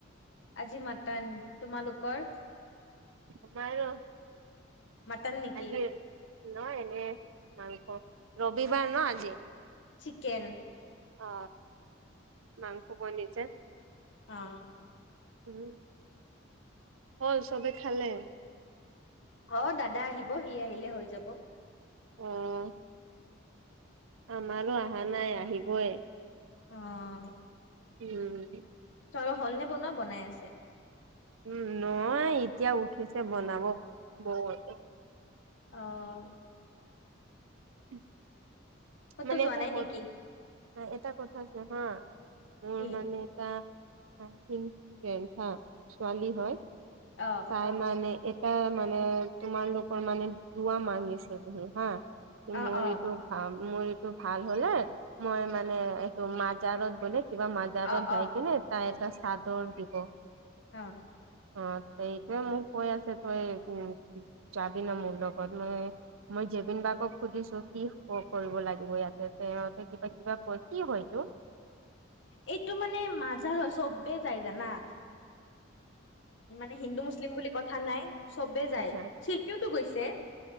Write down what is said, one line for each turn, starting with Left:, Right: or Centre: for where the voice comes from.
Left: আজি মাটন। তোমালোকৰ?
Right: আমাৰো।
Left: মাটন নেকি
Right: আজি ন এনে মাংস, ৰবিবাৰ ন আজি।
Left: চিকেন।
Right: অ মাংস বনিছে।
Left: অহ।
Right: উম। হ'ল চবে খালে?
Left: অ দাদা আহিব সি আহিলে হৈ যাব।
Right: অহ। আমাৰো অহা নাই আহিবই।
Left: অহ।
Right: উম।
Left: ছৰ হল নে বনোৱা বনাই আছে?
Right: উম নহয়, এতিয়া উঠিছে বনাব বৌহতে।
Left: অহ।
Right: <unintelligible>
Left: ক'তো
Right: মানে
Left: যোৱা
Right: এটা
Left: নাই
Right: ক
Left: নেকি
Right: এটা কথা আছে হা মোৰ
Left: কি
Right: মানে। এটা হিন্দু ফেণ্ড হা ছোৱালী হয়।
Left: অহ।
Right: তাই মানে এটা মানে তোমালোকৰ মানে দুৱা মাঙিছিলহি হা।
Left: অ
Right: মোৰ
Left: অ
Right: এইটো ভাল মোৰটো ভাল হলে মই মানে এইটো মাজাৰত বোলে কিবা মাজ- জাৰত
Left: অ
Right: যাইগিনে
Left: অ
Right: তাত এটা চাদৰ দিব।
Left: অ
Right: অ এইটোৱে মোক কৈ আছে তই যাবি না মোৰ লগ লগত মই মই জেবিন বাৰ্গক সুধিছো কি কওক। কৰিব লাগিব ইয়াতে তেওতে কিবা কিবা কয়, কি হয় এইটো?
Left: এইটো মানে মাজাৰ হয়, চবে যাই জানা। মানে হিন্দু মুছলিম বুলি কথা নাই চবে যায়।
Right: আচ্ছা
Left: শিল্পীওতো গৈছে।